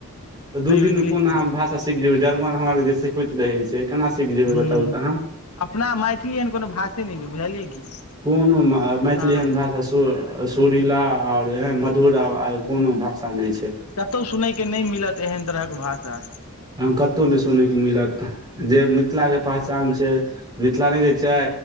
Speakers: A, on the right; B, on the left.
A: दू
B: नहि यौ
A: दिनमे
B: इंग्लिश
A: कोन
B: मे
A: अहा भाष अच्छा सीख जेबै जर्मन हम आरके जे सिखबैत रहै छै, केना सीख जेबै
B: हूँ
A: बताउ तऽ हाँ
B: अपना मैथिली एहन कोनो भाषे नहि छै, बुझलियै कि हैं।
A: कोनो मैथिली एहन भाषा सु सुरीला आओर एहन मधुर आ कोनो भाषा नहि छै
B: कतहुं सुनयके नहि मिलत एहन तरहक भाषा
A: एहन कतो नहि सुनैके मिलत जे मिथिला के पहचान छै मिथिला ने कहै छै